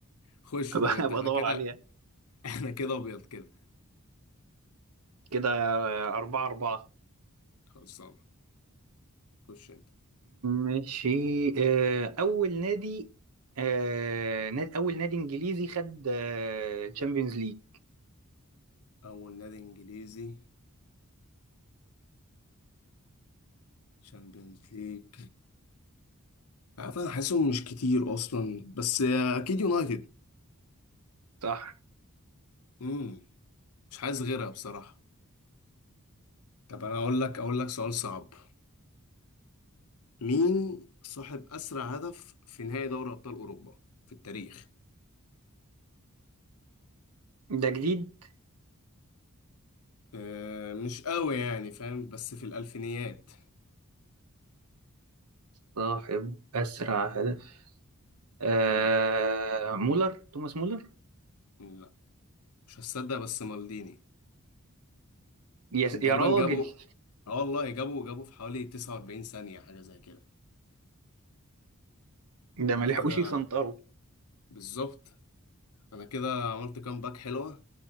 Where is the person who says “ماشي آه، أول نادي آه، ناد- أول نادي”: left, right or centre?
Right